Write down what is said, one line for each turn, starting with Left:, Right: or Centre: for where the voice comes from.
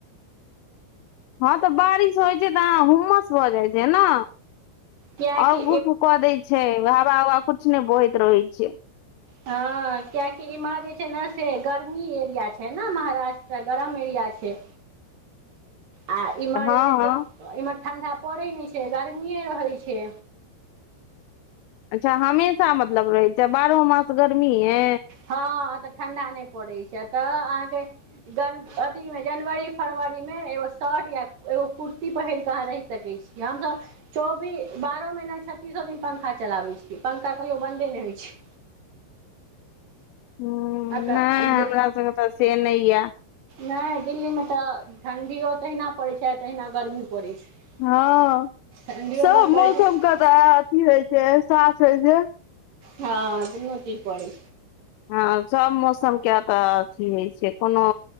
Left: हँ तऽ बारिश होइ छै तऽ अहाँ हुम्मस भऽ जाइ छै न
Right: कियाकि
Left: आर गुफ कऽ दै छै हवा उवा कुछ ने बहैत रहै छै
Right: हँ कियकि इम्हर जे छै ने से गर्मी एरिया छै ने महाराष्ट्रा गरम एरिया छै
Left: <inaudible>
Right: आ इम्हर
Left: हँ
Right: जे छै
Left: हँ
Right: इम्हर ठण्डा पड़ै नहि छै गर्मीए रहैत छै
Left: अच्छा हमेशा मतलब रहै छै बारहो मास गर्मीए
Right: हँ तऽ ठण्डा नहि पड़ैत छै तऽ अहाँके गन अथीमे जनवरी फरवरी मे एगो शर्ट या एगो कुर्ती पहिर कऽ अहाँ रहि सकै छी हम सब चौबीस बारहो महिना छत्तीसो दिन पंखा चलाबे छी पंखा कहियो बन्दे नहि होइ छै
Left: हुँ
Right: आ तऽ
Left: नै
Right: जे
Left: हमरा सब के ओतह से नहि या
Right: नहि दिल्लीमे तऽ ठण्डियो तहिना पड़ैत छै तहिना गर्मी पड़ैत छै
Left: हँ
Right: ठण्ढियो
Left: सब
Right: बड पड़ैत
Left: मौसम
Right: छै
Left: के तऽ अथी होइ छै एहसास होइ छै
Right: हँ दुनू ची पड़ै
Left: हँ सभ मौसम के तऽ अथी होइ छै कोनो